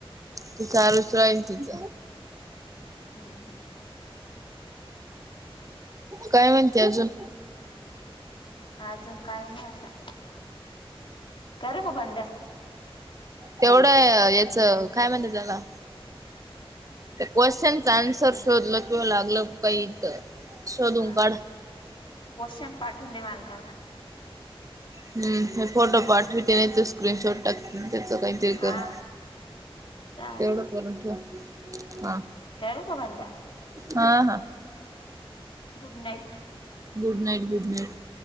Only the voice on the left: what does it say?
हम
अजून काही नाही आता करू का बंद
हा
पोशन पाठवून दे मला तेवढा
हा
चालेल
करू का बंद
good night